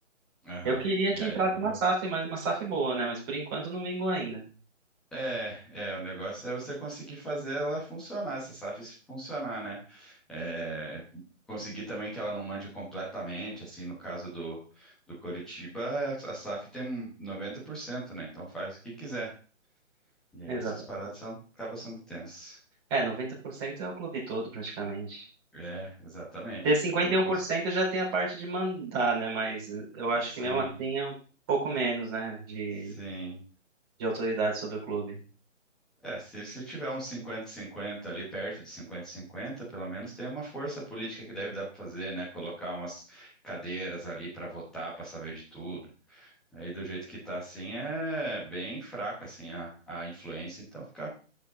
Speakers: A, in the centre; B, on the right (about 20°).
A: Aham.
B: Eu queria
A: E
B: que
A: aí,
B: entrasse
A: não vingou?
B: uma SAF, mas uma SAF boa, né? Mas por enquanto não vingou ainda.
A: É, é, o negócio é você conseguir fazer ela funcionar, essa SAF funcionar, né? É, conseguir também que ela não mande completamente, assim, no caso do, do Coritiba, a SAF tem um 90%, né? Então faz o que quiser. E aí
B: Exato.
A: essas paradas são, acabam sendo tensas.
B: É, 90% é o clube todo, praticamente.
A: É, exatamente.
B: Ter cinquenta
A: É Tipo, não
B: e um
A: cons...
B: por cento já tem a parte de mandar, né? Mas eu acho
A: Sim,
B: que mesmo assim é um pouco menos, né? De,
A: sim.
B: de autoridade sobre o clube.
A: É, se, se tiver uns 50 cinquenta ali, perto de 50 cinquenta pelo menos tem uma força política que deve dar para fazer, né? Colocar umas cadeiras ali para votar, para saber de tudo. Aí do jeito que tá assim, é bem fraca assim a, a influência, então fica.